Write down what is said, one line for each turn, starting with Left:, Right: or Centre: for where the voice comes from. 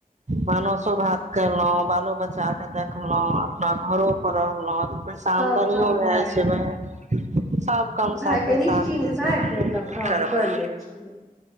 Right: भानसो भात केलहुं बालो बच्चा के देखलहुं अपना घरो पर रहलहुं छ आमदनीओ
Centre: सब काम
Right: भे
Centre: भए गेल
Right: छै बहिन सभ काम साथेसाथ
Centre: भए के निश्चिन्त
Right: होई छै
Centre: भए
Right: बहिन
Centre: के
Right: की
Centre: तब काम
Right: करबै
Centre: कर ले छियै